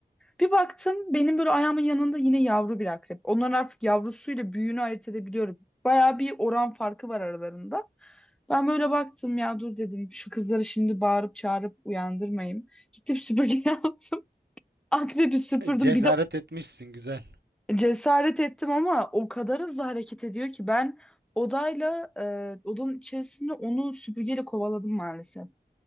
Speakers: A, in the centre; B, on the right.
A: Bir baktım benim böyle ayağımın yanında yine yavru bir akrep. Onların artık yavrusuyla büyüğünü ayırt edebiliyorum. Bayağı bir oran farkı var aralarında. Ben böyle baktım ya dur dedim şu kızları şimdi bağırıp çağırıp uyandırmayayım. Gittim süpürge <laughs> aldım. Akrebi süpürdüm.
B: E, Cesaret
A: Bir de
B: etmişsin güzel.
A: Cesaret ettim ama o kadar hızlı hareket ediyor ki ben odayla e, odanın içerisinde onu süpürgeyle kovaladım maalesef.